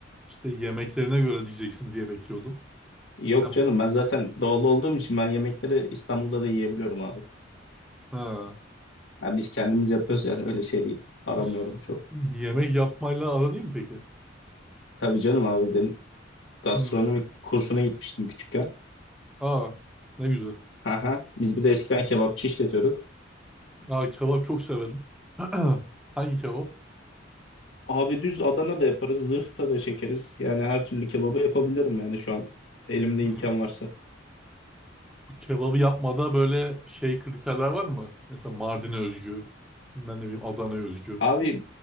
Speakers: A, in the centre; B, on the left.
A: işte yemeklerine göre diyeceksin diye bekliyordum.
B: Yok
A: Sen
B: canım ben zaten doğulu olduğum için ben yemekleri İstanbul'da da yiyebiliyorum abi.
A: ha.
B: Yani biz kendimiz yapıyoruz yani öyle şey değil. Aramıyorum
A: S-
B: çok.
A: Yemek yapmayla aran iyi mi peki?
B: Tabii canım abi ben gastronomi
A: Hmm.
B: kursuna gitmiştim küçükken.
A: Aa, ne güzel.
B: Aha, biz bir de eskiden kebapçı işletiyorduk.
A: Aa, kebap çok severim. <clears throat> Hangi kebap?
B: Abi düz Adana da yaparız, zırhta da çekeriz. Yani her türlü kebabı yapabilirim yani şu an elimde
A: Hmm.
B: imkan varsa.
A: Bu kebabı yapmada böyle şey kriterler var mı? Mesela Mardin'e özgü, bilmem ne bileyim Adana'ya özgü.
B: Abi